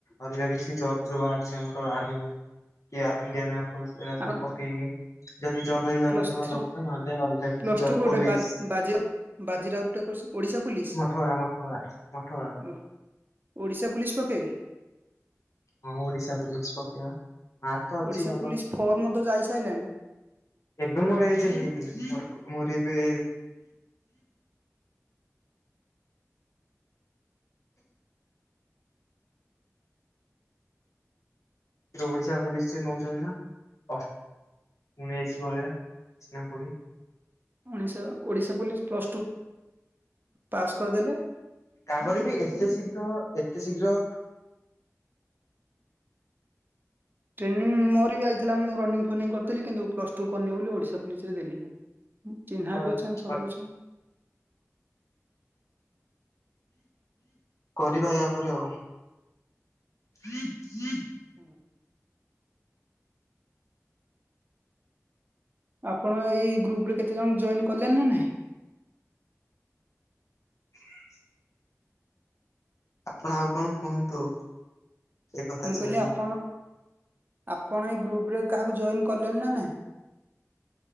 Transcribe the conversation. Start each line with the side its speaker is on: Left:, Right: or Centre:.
Left: ଆଲଗା କିଛି ଜବ ଯୋ ବାହାରୁଛି ଆମର ଆର୍ମି କି ଇଣ୍ଡିଆ ଏୟାର ଫୋର୍ସ ଏଇରା ସବୁ
Right: ଆପଣ
Left: ପକେଇକି ଯଦି ଜବ ହେଇଗଲା
Right: ପ୍ଲସ୍
Left: ତ ଭଲ
Right: ଥ୍ରୀ
Left: କ ନହେଲେ ଅଲଗା କିଛି
Right: ପ୍ଲସ୍
Left: ଜବ
Right: ଟୁ ଗୋଟେ
Left: ପୋଲିସ
Right: ବା ବାଜି ବାଜି ରାଉତ କରିସ ଓଡିଶା ପୁଲିସ
Left: ମଠଗୋଳା ମଠଗୋଳା ମଠଗୋଳା।
Right: ଓ ଓଡ଼ିଶା ପୋଲିସ ପକେଇବେ?
Left: ହଁ ଓଡିଶା ପୋଲିସ ପକେଇବା। ମାର୍କ ତ ଅଛି
Right: ଓଡ଼ିଶା
Left: ଭଲ
Right: ପୋଲିସ ଫର୍ମ ତ ଯାଇସାଇଲାଣି।
Left: ଏବେ ମୋର ଏଜ ହେଇନି ମୋ ମୋର ଏବେ ଓଡ଼ିଶା ପୋଲିଷ ନେଉଛନ୍ତି ନା ଅ ଉଣେଇଶି ଭଳିଆ ନା କୋଡିଏ।
Right: Odisha Odisha police plus two pass କରିଦେଲେ
Left: ତାପରେ ବି ଏତେ ଶୀଘ୍ର ଏତେ ଶୀଘ୍ର
Right: ଟ୍ରେନିଂ ମୋର ବି ଆଇଥିଲା ମୁଁ ରନିଙ୍ଗ ଫନିଂ କରିଥିଲି କିନ୍ତୁ ପ୍ଲସ୍ ଟୁ କରିନି ବୋଲି ଓଡିଶା ପଲିସରେ ଦେଲିନି। ଚିହ୍ନା
Left: କ-
Right: ବି ଅଛନ୍ତି
Left: କ-
Right: ସବୁ ଅଛନ୍ତି।
Left: କରିବା ୟାପରେ ଆଉ। <inaudible>
Right: ହୁଁ। ଆପଣ ଏଇ ଗ୍ରୁପ ରେ କେତେ ଜଣ ଜଏନ କଲେଣି ନା ନାଇଁ।
Left: <inaudible> ଆପଣ ଆଉ କଣ କୁହନ୍ତୁ। ଏକଥା
Right: ମୁଁ
Left: ଛାଡି
Right: କହିଲି ଆପଣ ଆପଣ ଏଇ ଗ୍ରୁପ ରେ କାହାକୁ ଜଏନ କଲେଣି ନା ନାହିଁ।